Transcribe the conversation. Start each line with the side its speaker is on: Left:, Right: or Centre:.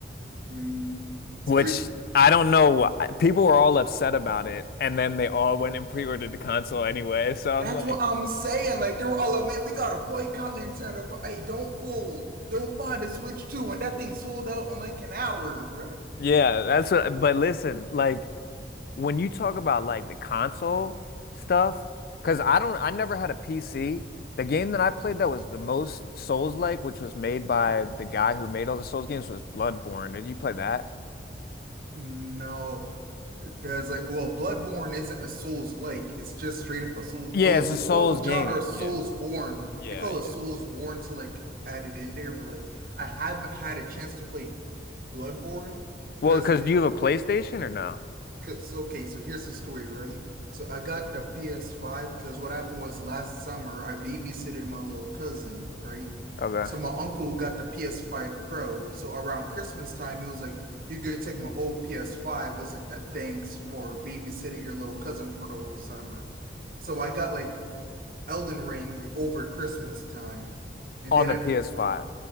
Right: Mhm. It's
Left: which
Right: crazy.
Left: I don't know. why- People were all upset about it, and then they all went and pre-ordered the console anyway. So I'm
Right: That's
Left: like,
Right: what I'm saying. Like they were all like, "Man, we gotta boycott Nintendo." But hey, don't fool. Don't buy the Switch 2 when that thing sold out in like an hour, bruh.
Left: yeah, that's what, but listen, like when you talk about like the console stuff, because I don't, I never had a PC. The game that I played that was the most Souls-like, which was made by the guy who made all the Souls games, was Bloodborne. Did you play that?
Right: No, because like, well, Bloodborne isn't a Souls-like. It's just straight up a Souls.
Left: Yeah,
Right: Though
Left: it's
Right: they
Left: a Souls
Right: call the
Left: game.
Right: genre Mm. Soulsborne.
Left: Yeah, yeah,
Right: They call
Left: yeah.
Right: it Soulsborne to like add it in there. But like, I haven't had a chance to play Bloodborne
Left: Well,
Right: because
Left: because do you have a PlayStation or no?
Right: Cause okay, so here's the story, right? So I got the PS5 because what happened was last summer I babysitted my little cousin, right?
Left: Okay.
Right: So my uncle got the PS5 Pro. So around Christmas time, he was like, "You could take my old PS5." It was like a thanks for babysitting your little cousin for the whole summer. So I got like Elden Ring over Christmas time, and
Left: On
Right: then
Left: the
Right: I've
Left: PS5.
Right: been playing.